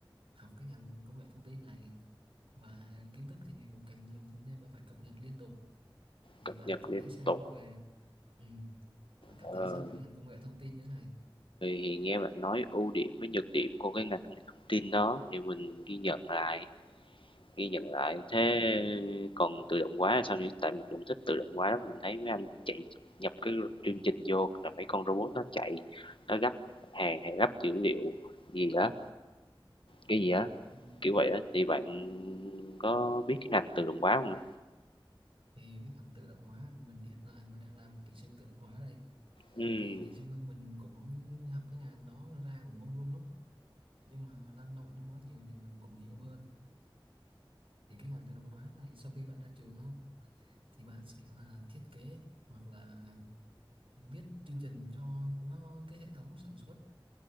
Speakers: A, on the right; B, on the left.
A: học cái ngành công nghệ thông tin này mà kiến thức thì ngày một càng nhiều thì nên bạn phải cập nhật liên tục thì
B: cập
A: bạn
B: nhật
A: cảm
B: liên
A: thấy sao
B: tục,
A: về ừ, bạn cảm
B: ờ,
A: thấy sao về ngành công nghệ thông tin như thế này
B: thì nghe bạn nói ưu điểm với nhược điểm của cái ngành công nghệ thông tin đó thì mình ghi nhận lại, ghi nhận lại. Thế còn tự động hóa là sao nhỉ? Tại mình cũng thích tự động hóa lắm, mình thấy mấy anh chạy nhập cái chương trình vô là mấy con robot nó chạy, nó gấp hàng hay gấp dữ liệu gì đó, cái gì đó
A: Ừ.
B: Kiểu vậy á, thì bạn có biết cái ngành tự động hóa không nữa?
A: Thì cái ngành tự động hóa mình hiện tại mình đang làm kỹ sư tự động hóa đây
B: Ừm,
A: thì ngày xưa mình cũng học cái ngành đó ra cũng bông luôn lắm nhưng mà lăn lộn trong đó nhiều thì mình cũng hiểu hơn thì cái ngành tự động hóa này sau khi bạn ra trường á thì bạn sẽ là thiết kế hoặc là viết chương trình cho nó cái hệ thống sản xuất